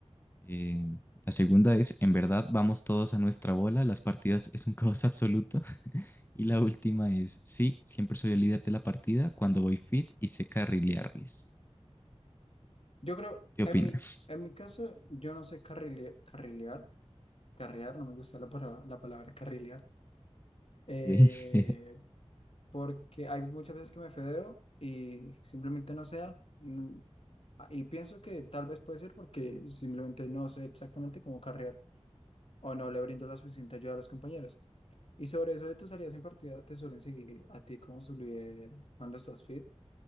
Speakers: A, on the left; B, on the left.
A: Eh, la segunda es, en verdad, vamos todos a nuestra bola, las partidas es un caos absoluto. <laughs> Y la última es, sí, siempre soy el líder de la partida cuando voy fit y sé carrilearles.
B: Yo creo,
A: ¿Qué
B: en
A: opinas?
B: mi, en mi caso, yo no sé carrile- carrilear, carrear, no me gusta la, palabra- la palabra carrilear, eh,
A: Ok. <laughs>
B: porque hay muchas veces que me fedeo y simplemente no sea. mm, ah, Y pienso que tal vez puede ser porque simplemente no sé exactamente cómo carrear o no le brindo la suficiente ayuda a los compañeros. Y sobre eso de tus salidas en partida, ¿te suelen seguir a ti como su líder cuando estás fit?